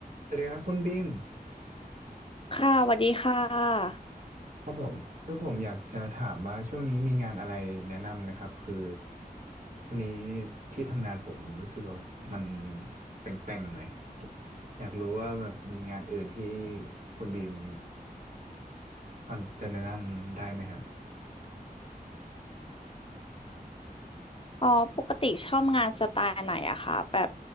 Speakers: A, on the right; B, on the left.
A: สวัสดีครับคุณบิม
B: ค่ะสวัสดีค่ะ
A: ครับผมคือผมอยากจะถามว่าช่วงนี้มีงานอะไรแนะนำไหมครับคือช่วงนี้ที่ทำงานผมรู้สึกว่ามันแป่งๆหน่อยอยากรู้ว่าแบบมีงานอื่นที่คุณบีมพอจะแนะนำได้ไหมฮะ
B: อ๋อปกติชอบงานสไตล์ไหนอะคะแบบ